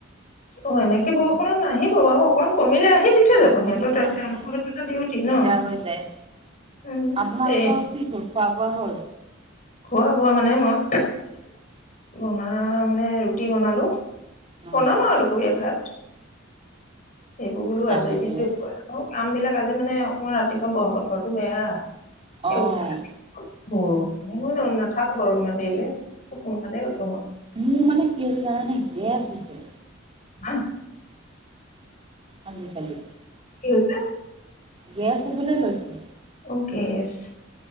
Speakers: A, on the left; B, on the right.
A: অ এনেকে বৰষুণত নাহিব বাৰু অকমান কমিলে আহি দিব। দি
B: বৰষুণতো
A: থৈ যাব, সিহঁতৰ তেওঁলোকৰ
B: নাহে
A: হেতু এটা ডিউটি
B: দিগদাৰ
A: ন
B: হৈ যায়।
A: উম
B: আপোনালোকৰ
A: এ
B: কি হ'ল খোৱা বোৱা হ'ল?
A: খোৱা বোৱা মানে মই বনাম নে মানে ৰুটি বনালো। বনাম
B: অ'
A: আও দুপৰীয়া ভাত। এইবোৰ বোলো
B: চাহ
A: আজৰি
B: খাই
A: দিজে
B: পেলাই
A: হৈ অ কাম বিলাক আজি মানে অকমান ৰাতিপুৱা ব বতৰটো বেয়া।
B: অ'
A: এ উঠা, মোৰো, মই উ নাথাকো বাৰু ইমান দেৰিলে খুব সোনকালে উঠোঁ।
B: মোৰ মানে কি জানে নে গেছ হৈছে।
A: আহ,
B: আজি কালি।
A: কি হৈছে?
B: গেছ হ'বলৈ লৈছে।
A: অ' গেছ!